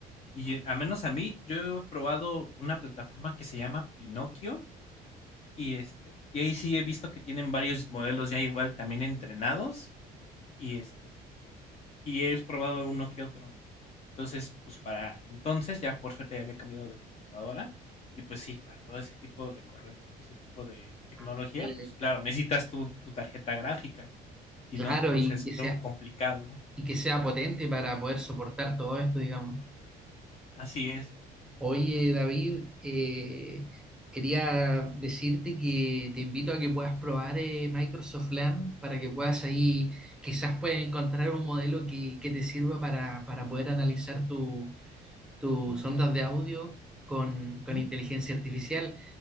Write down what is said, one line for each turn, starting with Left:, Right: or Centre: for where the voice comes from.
Left: Y eh, a menos a mí, yo he probado una plataforma que se llama Pinocchio y este, y ahí sí he visto que tienen varios modelos ya igual también entrenados y este, y he probado uno que otro. Entonces, pues para entonces ya por suerte ya había cambiado de computadora y pues sí, para todo ese tipo de correr, ese tipo de tecnología,
Centre: Ah, mira.
Left: pues claro, necesitas tu, tu tarjeta gráfica. Si
Centre: Claro,
Left: no, pues
Centre: y
Left: es
Centre: que sea,
Left: luego complicado.
Centre: y que sea potente para poder soportar todo esto, digamos.
Left: Así es.
Centre: Oye, David, eh, quería decirte que te invito a que puedas probar eh, Microsoft Learn para que puedas ahí, quizás puedas encontrar un modelo que, que te sirva para, para poder analizar tu- tus ondas de audio con,
Left: Ujú,
Centre: con inteligencia artificial.